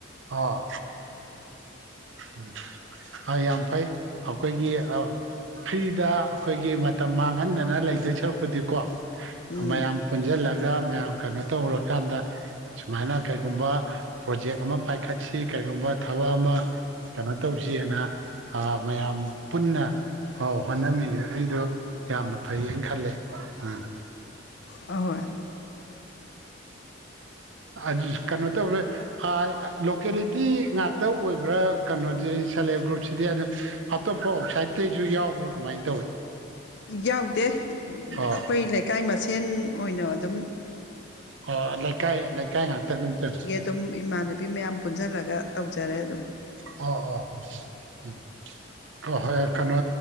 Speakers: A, on the right (about 65°); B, on the left (about 60°).
A: ꯑꯥ ꯎꯝ ꯑ ꯌꯥꯝ ꯐꯩ ꯑꯩꯈꯣꯏꯒꯤ ꯑ ꯐ꯭ꯔꯤꯗ ꯑꯩꯈꯣꯏꯒꯤ ꯃꯇꯝ ꯃꯥꯡꯍꯟꯗꯅ ꯂꯩꯗꯣꯏ ꯁꯔꯛꯄꯨꯗꯤꯀꯣ
B: ꯎꯝ
A: ꯃꯌꯥꯝ ꯄꯨꯟꯖꯤꯜꯂꯒ ꯃꯌꯥꯝ ꯀꯩꯅꯣ ꯇꯧꯔꯀꯥꯟꯗ ꯁꯨꯃꯥꯏꯅ ꯀꯔꯤꯒꯨꯝꯕ ꯄ꯭ꯔꯣꯖꯦꯛ ꯑꯃ ꯄꯥꯏꯈꯠꯁꯤ ꯀꯔꯤꯒꯨꯝꯕ ꯊꯕꯛ ꯑꯃ ꯀꯩꯅꯣ ꯇꯧꯁꯦꯅ ꯃꯌꯥꯝ ꯄꯨꯟꯅ ꯑꯣ ꯍꯣꯠꯅꯃꯤꯅꯔꯤꯗꯣ ꯌꯥꯝꯅ ꯐꯩꯌꯦꯅ ꯈꯜꯂꯦ ꯎꯝ
B: ꯑꯍꯣꯏ
A: ꯑꯗꯨ ꯀꯩꯅꯣ ꯇꯧꯔꯦ ꯍꯥꯏ ꯂꯣꯀꯦꯂꯤꯇꯤ ꯉꯥꯛꯇ ꯑꯣꯏꯕ꯭ꯔꯥ ꯀꯩꯅꯣꯖꯤ ꯁꯦꯂ‌ꯦꯜꯞ ꯒ꯭ꯔꯨꯞꯁꯤꯗꯤ ꯑꯗꯨ ꯑꯇꯣꯞꯄ ꯑꯥꯎ ꯁꯥꯏꯠꯇꯁꯨ ꯌꯥꯎꯕ꯭ꯔꯥ ꯀꯃꯥꯏꯅ ꯇꯧꯋꯤ
B: ꯌꯥꯎꯗꯦ ꯑ
A: ꯑꯣ
B: ꯑꯩꯈꯣꯏ ꯂꯩꯀꯥꯏ ꯃꯁꯦꯟ ꯑꯣꯏꯅ ꯑꯗꯨꯝ
A: ꯑꯣ ꯂꯩꯀꯥꯏ ꯂꯩꯀꯥꯏ ꯉꯥꯛꯇ ꯗꯨꯝ ꯇꯧ
B: ꯗꯨꯝ ꯏꯃꯥꯟꯅꯕꯤ ꯃꯌꯥꯝ ꯄꯨꯟꯖꯜꯂꯒ ꯇꯧꯖꯔꯦ ꯑꯗꯨꯝ
A: ꯑꯣ ꯑꯣ ꯑꯣ ꯎꯝ ꯍꯣꯏ ꯍꯣꯏ ꯀꯩꯅꯣ